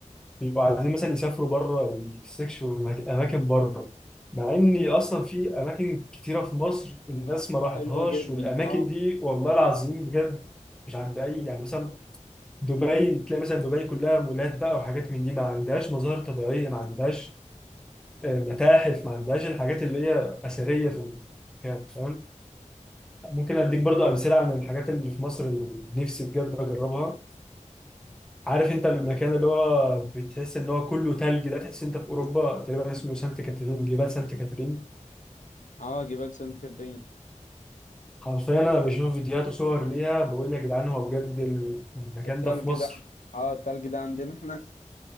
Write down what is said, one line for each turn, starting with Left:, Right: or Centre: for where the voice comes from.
Centre: بيبقوا عايزين مثلا يسافروا بره يستكشفوا أماك- اماكن بره مع ان اصلا في اماكن كتيره في مصر
Left: م-
Centre: الناس ما
Left: حلوة
Centre: راحتهاش
Left: جدا
Centre: والاماكن
Left: اه
Centre: دي والله العظيم بجد مش عند اي يعني مثلا دبي تلاقي مثلا دبي كلها مولات بقى وحاجات من دي ما عندهاش مظاهر طبيعية ما عندهاش آه، متاحف ما عندهاش الحاجات اللي هي أثرية في المكان فاهم ممكن أديك برضو أمثلة عن الحاجات اللي في مصر اللي نفسي بجد أجربها عارف أنت المكان اللي هو بتحس إن هو كله تلج ده تحس أنت في أوروبا تقريبا اسمه سانت كاترين جبال سانت كاترين
Left: اه جبال سانت كاترين
Centre: حرفيا أنا بشوف فيديوهات وصور ليها بقول يا جدعان هو بجد المكان
Left: التلج
Centre: ده في مصر
Left: ده اه التلج ده عندنا احنا